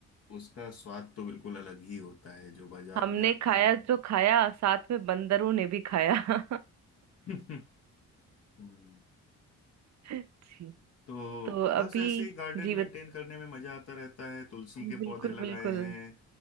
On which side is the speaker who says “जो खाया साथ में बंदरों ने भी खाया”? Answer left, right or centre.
Right